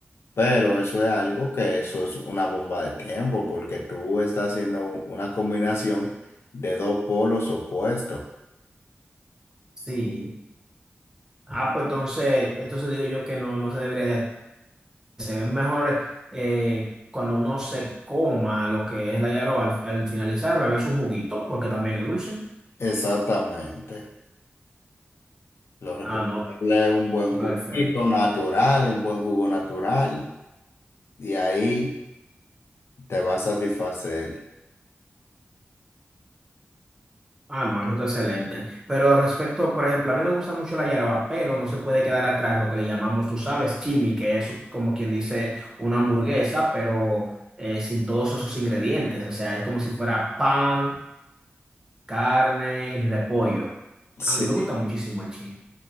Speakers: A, on the left (about 75°); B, on the right (about 15°).
A: Pero eso es algo que eso es una bomba de tiempo, porque tú estás haciendo u- una combinación de dos polos opuestos.
B: Sí, Ah, pues entonces, entonces digo yo que no, no se debería de hacer. Es mejor eh, cuando uno se coma lo que es la yaroba al, al finalizar, beber su juguito, porque también es dulce.
A: Exactamente. Lo recomendable
B: Ah, no,
A: es un buen
B: perfecto.
A: juguito natural, un buen jugo natural, y ahí te va a satisfacer.
B: Ah, no, eso está excelente. Pero respecto, por ejemplo, a mí me gusta mucho la yaroa, pero no se puede quedar atrás lo que le llamamos, tú sabes, chimi, que es como quien dice una hamburguesa, pero eh, sin todos esos ingredientes. O sea, es como si fuera pan, carne y repollo.
A: Sí.
B: A mí me gusta muchísimo el chimi.